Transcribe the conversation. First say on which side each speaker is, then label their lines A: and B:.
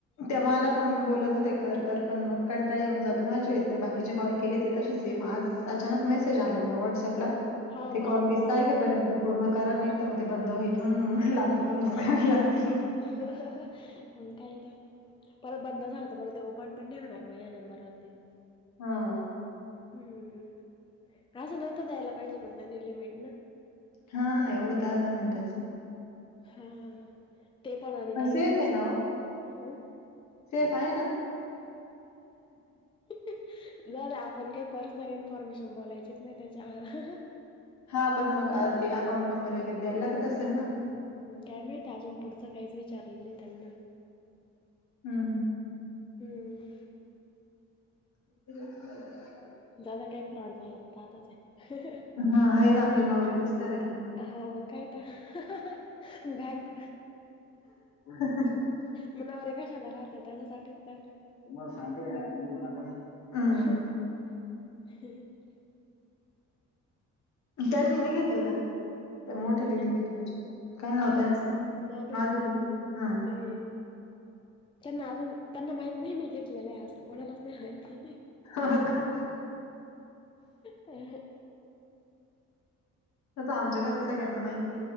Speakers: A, on the left; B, on the left.
A: ते म्हाला पण बोलत होते कर कर पण मग कंटाळ येऊन जातो माझे तर बाकीचे कॉल केले ते तसेच ये आज अचानक मेसेज आला म्हण व्हॉट्सअपला
B: हा
A: ते
B: मला
A: कॉल वीस
B: पण आला
A: तारखेपर्यंत
B: म्हटलं
A: पूर्ण करा नाही तर मग ते बंद होईल म्हणून म्हटलं आता
B: हा
A: पूर्ण करायला लागतील.
B: मग काय तर परत बंद झाल तर परत ते ओपन पण नाही होणार माझ्या या नंबर वरती
A: हा.
B: हम्म असं नव्हता द्यायला पाहिजे पण त्यांनी लिमिट ना
A: हा ना एवढं दहा दहा मिनिटच
B: हा हा ते पण आणि डायरेक्ट
A: सेफ
B: तीस
A: आहे ना
B: कॉल
A: हो
B: आहे हा
A: सेफ आहे ना
B: जाऊद्या आपण काही पर्सनल इन्फॉर्मेशन बोलायचीच नाही त्याच्यावर.
A: हा पण मग ते अकाउंट नंबर वगैरे द्यायला लागत असेल ना.
B: हम्, काय माहती अजून पुढचं काहीच विचारलं नाही त्यांना.
A: हम्, हम्,
B: हम्म,
A: <inaudible>
B: जाऊद्या काही फ्रॉड झाला तर पहातच आहे.
A: ह आहेच आपले नवरे निसतरायला.
B: हा म कायतर बँक
A: ह ह <unintelligible>
B: मनावर एकाशाला राहत त्याच्यासाठीच तर
A: तु्हाला सांग <unintelligible> हम्म
B: ह
A: <unintelligible>
B: <unintelligible>
A: त्यांनी नाही घेतलं का? त्या मोठ्या
B: कोणी
A: दिदी न तुमच्या काय
B: नाही
A: नाव त्यांचं
B: नाही माधुरीत
A: माधुरी
B: आहे
A: हा
B: नाही त्यांना अजून, त्यांना माहित नाही मी घेतलेलं आहे असं कोणालाच नाही माहिती.
A: हो का.
B: ह <unintelligible>
A: तस आमच्या घरात सगळ्यांना माहिती.